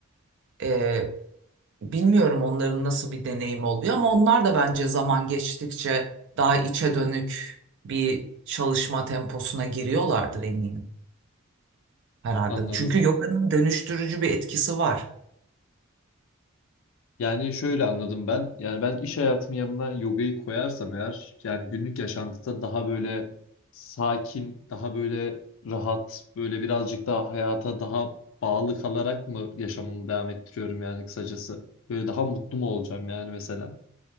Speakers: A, on the right (about 55°); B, on the left (about 60°).
A: E, Bilmiyorum onların nasıl bir deneyim oluyor ama onlar da bence zaman geçtikçe daha içe dönük bir çalışma temposuna giriyorlardır eminim herhalde.
B: Anladım.
A: Çünkü yoganın dönüştürücü bir etkisi var.
B: Yani şöyle anladım ben. Yani ben iş hayatımın yanına yogayı koyarsam eğer yani günlük yaşantıda daha böyle sakin, daha böyle rahat, böyle birazcık daha hayata daha bağlı kalarak mı yaşamımı devam ettiriyorum yani kısacası? Böyle daha mutlu mu olacağım yani mesela?